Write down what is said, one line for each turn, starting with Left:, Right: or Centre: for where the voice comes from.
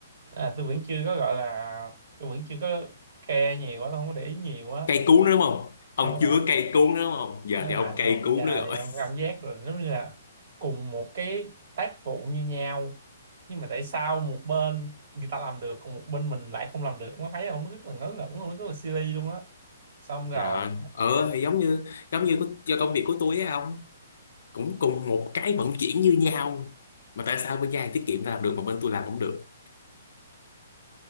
Right: à, tôi vẫn chưa có gọi là tôi vẫn chưa có care nhiều á tôi không có để ý nhiều á
Left: cây cú nữa đúng không? Ông
Right: đúng
Left: chưa
Right: rồi
Left: cây cú nữa đúng không? Giờ
Right: đúng
Left: thì ông
Right: rồi nhưng
Left: cây
Right: mà bây
Left: cú
Right: giờ
Left: nữa rồi.
Right: thì em
Left: <laughs>
Right: cảm giác rồi giống như là cùng một cái tác vụ như nhau nhưng mà tại sao một bên người ta làm được còn một bên mình lại không làm được ông có thấy không nó rất là ngớ ngẩn luôn nó rất là silly luôn á xong rồi
Left: Rồi, ờ thì giống như giống như có- do công việc của tôi á ông, cũng cùng một cái vận chuyển như nhau. Mà tại sao bên nhà hàng tiết kiệm ta làm được mà bên tôi làm không được?